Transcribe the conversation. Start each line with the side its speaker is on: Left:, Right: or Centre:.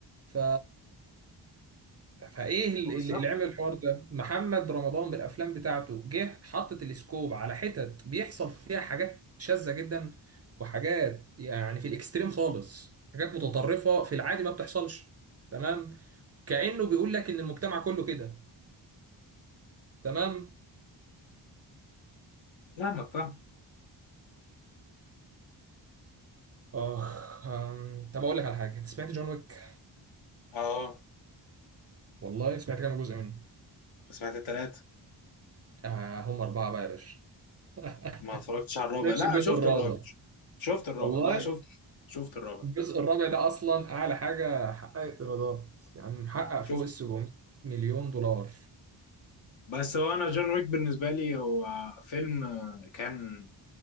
Right: ف فايه ال-
Left: بالظبط
Right: ال- اللي عمل الحوار ده محمد رمضان بالافلام بتاعته جه حطت السكوب على حتت بيحصل فيها حاجات شاذة جدا وحاجات يعني في الاكستريم خالص حاجات متطرفة في العادي ما بتحصلش تمام كأنه بيقول لك ان المجتمع كله كده تمام
Left: فاهمك فاهم
Right: اخ أم، طب اقول لك على حاجة انت سمعت جون ويك
Left: اه
Right: والله سمعت كام جزء منه
Left: سمعت التلاتة
Right: آه هم أربعة بقى يا باشا <laughs>
Left: ما اتفرجتش على الرابع
Right: شايفش
Left: لا
Right: الجزء
Left: شفت
Right: الرابع
Left: الرابع شفت الرابع
Right: والله
Left: لا شفت شفت الرابع
Right: الجزء الرابع ده اصلا اعلى حاجه حققت ايرادات يعني محقق فوق
Left: شفت
Right: ال 700 مليون دولار
Left: بس هو انا جون ويك بالنسبه لي هو فيلم آه، كان